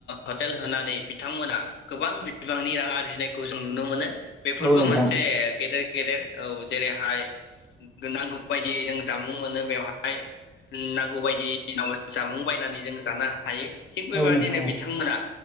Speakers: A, on the left; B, in the centre.
A: हटेल होनानै बिथांमोना गोबां बिबांनि रां आरजिनाय खौ जों नुनो मोनो। बेफोरबो
B: औ नोंथां
A: मोनसे गेदेर गेदेर औ जेरैहाय नांगौ बायदि जों जामुं मोनो बेवहाय नांगौ बायदिवै जामुं बायनानै जों जानो हायो थिग बेबायादिनो
B: औ नोंथां औ
A: बिथांमोना